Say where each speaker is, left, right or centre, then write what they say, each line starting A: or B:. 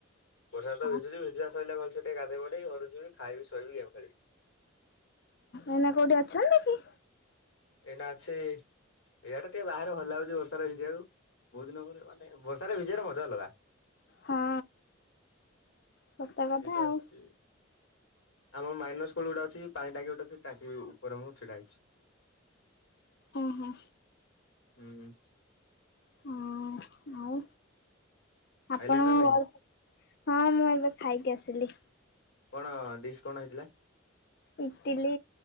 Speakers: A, on the left; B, on the left.
A: ବଡ଼ିଆ ତ
B: ଆଉ
A: <unintelligible> ଶୋଇଲେ ଭଲ ସେ ଟିକେ ଗାଧେଇପଡ଼ିବି ଘରୁକୁ ଯିବି ଖାଇବି ଶୋଇିବି ଗେମ୍ ଖେଳିବି।
B: ଏଇନା କୋଉଠି ଅଛନ୍ତି କି?
A: ଏଇନା ଅଛି ଇଆଡେ ଟିକେ ବାହାରେ ଭଲ ଲାଗୁଚି ବର୍ଷାରେ ଭିଜିବାକୁ, ବୋହୁତ ଦିନ ପରେ ମାନେ ବର୍ଷାରେ ଭିଜିବାର ମଜା ଅଲଗା।
B: ହଁ। ସତ କଥା
A: ସେଇଟା
B: ଆଉ
A: ଆସଚି ଆମର ମାଇନସ୍ ସ୍କୁଲ ଗୋଟେ ଅଛି ପାଣି ଟାଙ୍କି ଗୋଟେ ଅଛି ଟାଙ୍କି ଉପରେ ମୁଁ ଛିଡା ହେଇଚି।
B: ହୁଁ ହୁଁ।
A: ହୁଁ।
B: ହଁ ଆଉ ଆପଣଙ୍କ
A: ଆଇଲେ ନା ନାଇଁ
B: ଘର ହଁ ମୁଁ ଏବେ ଖାଇକି ଆସିଲି।
A: କଣ ଡିସ୍ କଣ ହେଇଥିଲା?
B: ଇଟିଲୀ